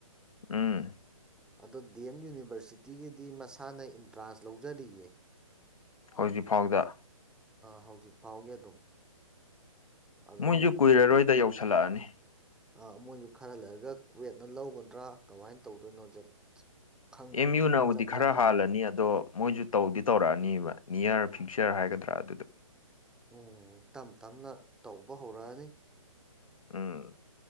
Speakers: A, on the left (about 75°); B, in the centre.
A: ꯎꯝ
B: ꯑꯗꯣ ꯗꯤ ꯑꯦꯝ ꯌꯨꯅꯤꯕꯔꯁꯤꯇꯤꯒꯤꯗꯤ ꯃꯁꯥꯅ ꯏꯟꯇ꯭ꯔꯥꯟꯁ ꯂꯧꯖꯔꯤꯌꯦ
A: ꯍꯧꯖꯤꯛ ꯐꯥꯎꯗ
B: ꯍꯧꯖꯤꯛ ꯐꯥꯎꯒꯤ ꯑꯗꯨꯝ ꯑꯗꯣ
A: ꯃꯣꯏꯁꯨ ꯀꯨꯏꯔꯔꯣꯏꯗ ꯌꯧꯁꯤꯜꯂꯛꯑꯅꯤ
B: ꯑ ꯃꯣꯏꯁꯨ ꯈꯔ ꯂꯩꯔꯒ ꯀ꯭ꯋꯦꯠꯅ ꯂꯧꯒꯗ꯭ꯔꯥ ꯀꯃꯥꯏꯅ ꯇꯧꯗꯣꯏꯅꯣꯁꯦ ꯈꯪꯗ꯭ꯔꯦ
A: ꯑꯦꯝ
B: ꯍꯧꯖꯤꯛꯀꯤ
A: ꯌꯨꯅꯕꯨꯗꯤ
B: ꯆꯞ
A: ꯈꯔ
B: ꯆꯥꯕꯤꯗꯗꯤ
A: ꯍꯥꯜꯂꯅꯤ ꯑꯗꯣ ꯃꯣꯏꯁꯨ ꯇꯧꯗꯤ ꯇꯧꯔꯛꯑꯅꯦꯕ ꯅꯤꯌꯔ ꯐ꯭ꯌꯨꯆꯔ ꯍꯥꯏꯒꯗ꯭ꯔꯥ ꯑꯗꯨꯗꯣ
B: ꯎ ꯝꯇꯞ ꯇꯞꯅ ꯇꯧꯕ ꯍꯧꯔꯛꯑꯅꯤ
A: ꯎꯝ